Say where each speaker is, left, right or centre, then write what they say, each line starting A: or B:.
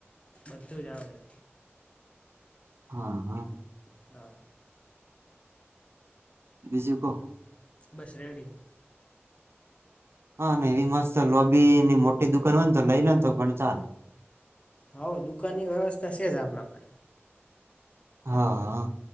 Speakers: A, on the left (about 25°); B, on the right (about 65°).
A: બધું જ આવડે
B: હા હા
A: હા
B: બીજું કહો.
A: બસ રેડી
B: હા ને એવી મસ્ત લોબીની મોટી દુકાન હોયને તો લઈ લેને તો પણ ચાલે
A: હ દુકાનની વ્યવસ્થા છે જ આપણા આપે
B: હા